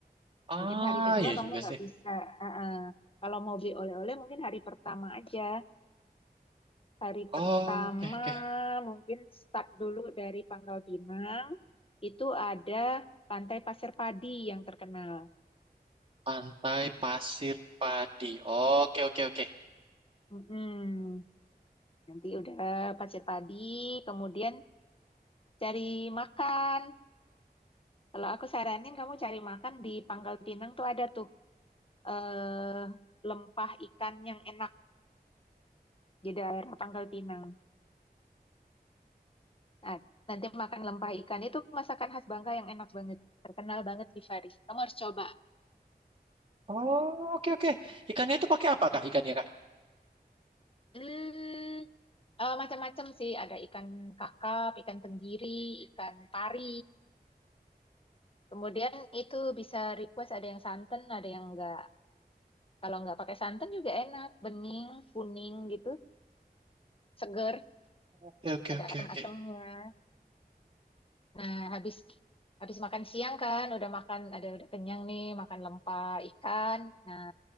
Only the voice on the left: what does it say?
Mungkin hari kedua
kamu
nggak
bisa. eh, eh. Kalau mau beli oleh-oleh mungkin hari pertama aja. Hari
pertama
mungkin start dulu dari Pangkal Pinang. Itu ada Pantai Pasir Padi yang terkenal.
Mm-mm. Nanti udah Pasir Padi, kemudian cari makan. Kalau aku saranin kamu cari makan di Pangkal Pinang tuh ada tuh eh, lempah ikan yang enak di daerah Pangkal Pinang. Nah, nanti makan lempah ikan itu masakan khas Bangka yang enak banget, terkenal banget di Faris. Kamu harus coba.
Hmm, eh, macam-macam sih, ada ikan kakap, ikan tenggiri, ikan pari. Kemudian itu bisa request ada yang santan, ada yang enggak. Kalau enggak pakai santan juga enak, bening, kuning gitu, seger,
ada
asam-asamnya.
Nah, habis habis makan siang kan, udah makan ada udah kenyang nih, makan lempah ikan. Nah,